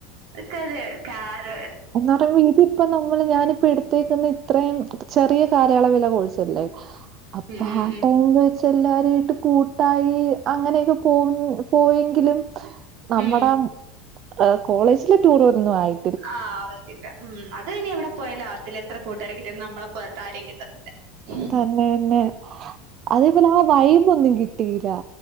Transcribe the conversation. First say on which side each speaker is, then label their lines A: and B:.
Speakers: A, on the right; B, on the right.
A: അതൊക്കൊരു കാലം.
B: എന്നറയുമ്പോ ഇതിപ്പോ നമ്മള് ഞാനിപ്പോ എടുത്തേക്കുന്ന ഇത്രേം ചെറിയ കാലയളവിലെ കോഴ്സല്ലേ അപ്പാ
A: ഉം ഉം
B: ആ
A: ഉം
B: ടൈമ് വെച്ച് എല്ലാരായിട്ട് കൂട്ടായി അങ്ങനെയൊക്കെ പോന്നു പോയെങ്കിലും നമ്മടെ
A: ഉം
B: ഹ് കോളേജിലെ ടൂറ് ഒന്നും ആയി
A: ആഹ് ആവത്തില്ല. ഉം അത് പിന്നെ എവിടെ പോയാലും ആവത്തില്ല എത്ര കൂട്ടുകാരെ കിട്ടിയാലും നമ്മളെ പോലത്തെ ആരേം കിട്ടത്തില്ല. ഉം
B: തന്നെതന്നെ അത്പോലെ ആ വൈബോന്നും കിട്ടിയീല്ലാ.